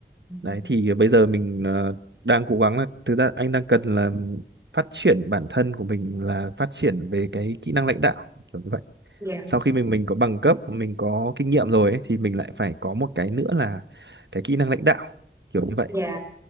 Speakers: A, on the right (about 15°); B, on the right (about 80°).
A: Ừ.
B: Đấy thì bây giờ mình ờ, đang cố gắng là thực ra anh đang cần là phát triển bản thân của mình là phát triển về cái kỹ năng lãnh đạo, kiểu như vậy.
A: dạ
B: Sau khi mình mình có bằng cấp, mình có kinh nghiệm rồi ấy, thì mình lại phải có một cái nữa là cái kỹ năng lãnh đạo, kiểu như vậy
A: dạ